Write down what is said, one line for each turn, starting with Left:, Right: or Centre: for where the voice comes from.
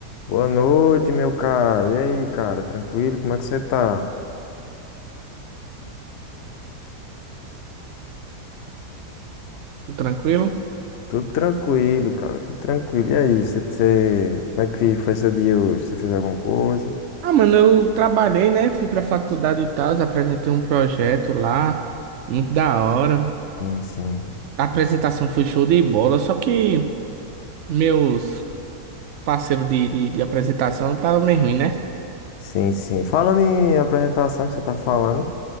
Left: Boa noite, meu cara, E aí, cara? Tranquilo? Como é que você tá?
Right: Tudo tranquilo?
Left: Tudo tranquilo, cara. Tudo tranquilo. E aí, você, você- como é que foi seu dia hoje? Você fez alguma coisa?
Right: Ah, mano, eu trabalhei, né? Fui pra faculdade e tal, apresentei um projeto lá, muito da hora.
Left: Sim, sim.
Right: A apresentação foi show de bola, só que meus parceiros de, de, de apresentação tava meio ruim, né?
Left: Sim, sim. Falando em apresentação que você tá falando,